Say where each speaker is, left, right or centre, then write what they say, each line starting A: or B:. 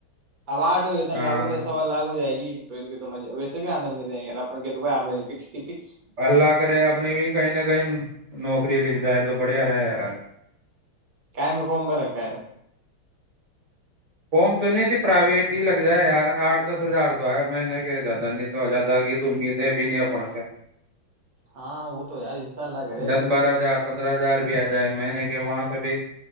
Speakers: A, on the right (about 75°); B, on the right (about 40°).
A: اب آٹ ہو اتن
B: ہاں
A: لاگو تو ہے سوال لاگ ہو جائے گی تو ان کی تو م ویسے بھی آمندنی رہےیا اپنے تو وہ آمدنی پکس پکس
B: اللہ کرے اپنی بھی کہیں نہ کہیں نوکری لکھ جائے تو بڑھیا رہے یار
A: کا م فم برا کا ہے
B: ہوم تو نہیں پرائیویٹ ہی لگ جائے یار آٹ دس ہزار تو ہے میں نہیں کہ جاتد نہیں تو جادہ کی تو امید ہے بھی نہیں اپن سے <unintelligible>
A: ہاں وہ تو یار انشاء اللہ کرے
B: دس
A: کہ
B: بارہ ہزار پندرہ ہزار بھی آ جائے میں نے کہ وہاں سے بھی